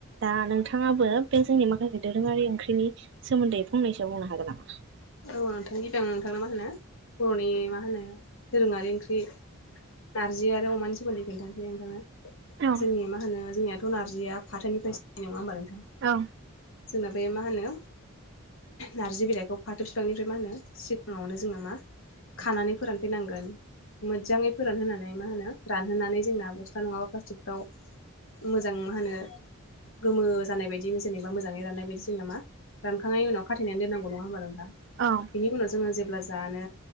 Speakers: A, on the right (about 55°); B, on the left (about 65°).
A: दा नोंथाङाबो बे जोंनि माखासे दोरोङारि ओंख्रिनि सोमोन्दोै फंनैसो बुंनो हागोन नामा?
B: औ नोंथांनि <unintelligible> नोंथांना मा होनो बर'नि मा होनो दोरोङारि ओंख्रि। नारजि आरो अमानि सोमोनदै खोनथानोसै नोंथानो।
A: औ
B: जोंनिया मा होनो जोंनियाथ' नारजिया फाथोनिफ्रायसो जायो नङा होनबा नोंथां?
A: औ।
B: जोंना बे मा होनो नारजि बिलाइखौ फाथो बिफांनिफ्राय मा होनो सिगाङावनो जोंना मा खानानै फोरान फैनांगोन। मोजाङै फोरानहोनानै मा होनो रानहोनानै जोंना बस्था नङाबा प्लास्टिकफ्राव मोजां मा होनो गोमो जानाय बायदि जेनेबा मोजाङै राननाय बायदि जोंना मा रानखांनायनि उनाव खाथेनानै दोननांगौ नङा होमबा नों <unintelligible>
A: औ।
B: बिनि उनाव जोङो जेब्ला जानो